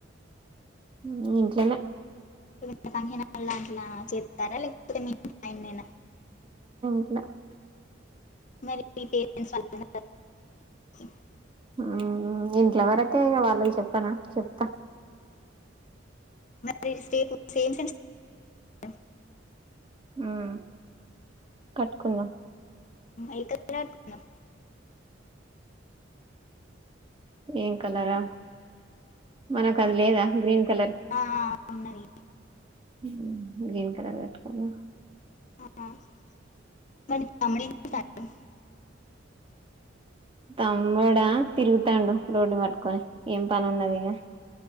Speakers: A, on the right; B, on the left.
A: హ్మ్ ఇంట్లనే
B: వి ఫంక్షనాల్ల లాంటిలా చేత్తార లేకపోతే మీ ఇంటి పైన్నేన
A: ల
B: మరి మీ పేరెంట్స్ వాళ్ళ <unintelligible>
A: హ్మ్ ఇంట్లో వరకె వాళ్ళకి చెప్పన చెప్తా
B: మరి రేపు సేమ్ <unintelligible> <unintelligible>
A: హ్మ్ కట్కో
B: ఏ కలర్ కట్టుకున్నాం
A: ఏ కలరా మనక్ అది లేదా గ్రీన్ కలర్
B: ఆ, ఉన్నది
A: హ్మ్ గ్రీన్ కలర్ కట్కుందాం
B: ఆ, <unintelligible>
A: తమ్ముడా తిరుగుతాండు రోడ్డు పట్టుకొని ఏం పని ఉన్నది ఇగ